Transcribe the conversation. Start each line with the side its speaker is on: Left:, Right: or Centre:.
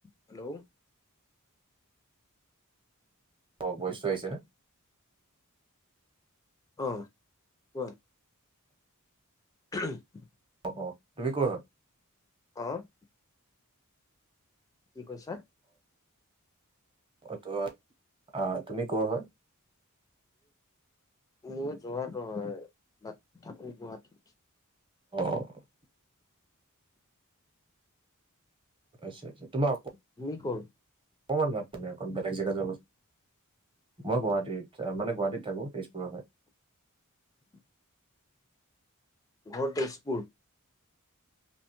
Left: Hello!
Right: অ' ভইচটো আহিছেনে?
Left: অ' কোৱা। <unintelligible>
Right: অ' অ' তুমি কৰ হয়?
Left: <unintelligible> কি কৈছা?
Right: অ' ত' আহ, তুমি কৰ হয়?
Left: মই যোৰহাটৰ হয়, তাত থাকো গুৱাহাটীত।
Right: অ'। আচ্ছা আচ্ছা তোমাৰ একো?
Left: তুমি কৰ।
Right: অকমান <unintelligible> মানে অকণ বেলেগ জেগা জাবাচুন। মই গুৱাহাটী মানে গুৱাহাটীত থাকো, তেজপুৰৰ হয়।
Left: <inaudible> ঘৰ তেজপুৰ।